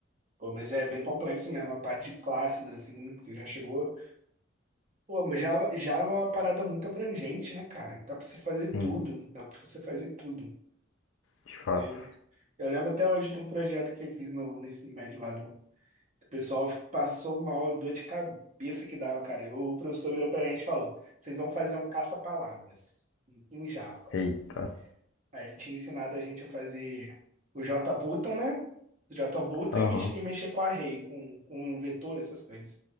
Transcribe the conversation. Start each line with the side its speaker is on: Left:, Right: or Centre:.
Right: Pô, mas é bem complexo mesmo, a parte de classes, assim, que você já chegou. Pô, mas Java, Java é uma parada muito abrangente, né, cara? Dá pra você fazer
Left: Sim,
Right: tudo. Dá pra você fazer tudo
Left: de fato.
Right: nele. Eu lembro até hoje de um projeto que eu fiz no, no ensino médio lá do O pessoal passou mal, dor de cabeça que dava, cara. O professor virou pra gente e falou: vocês vão fazer um caça-palavras em Java.
Left: Eita.
Right: Aí ele tinha ensinado a gente a fazer o JButton, né? JButton
Left: Aham.
Right: e, mex-
Left: Uhum.
Right: e mexer com array, com, com um vetor, essas coisas.